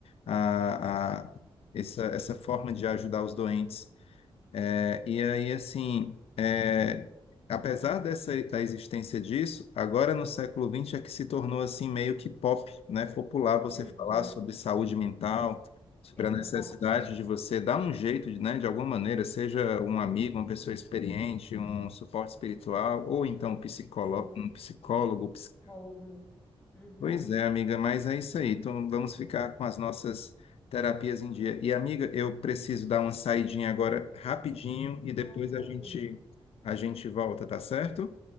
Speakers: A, on the left (about 85°); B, on the left (about 20°).
A: a, a- essa, essa forma de ajudar os doentes. É, e aí, assim, é, apesar dessa, da existência disso, agora no século XX é que se tornou assim meio que pop, né? Popular você
B: uhum.
A: falar sobre saúde mental, sobre
B: É
A: a
B: verdade.
A: necessidade de você dar um jeito, né? De alguma maneira, seja um amigo, uma pessoa experiente, um suporte espiritual, ou então um psicólogo,
B: Sim,
A: um psicólogo,
B: psicólogo. né? Uhum.
A: Pois é, amiga, mas é isso aí. Então vamos ficar com as nossas terapias em dia. E amiga, eu preciso dar uma saidinha agora rapidinho e depois
B: Ah, tranquilo.
A: a gente a gente volta, tá certo?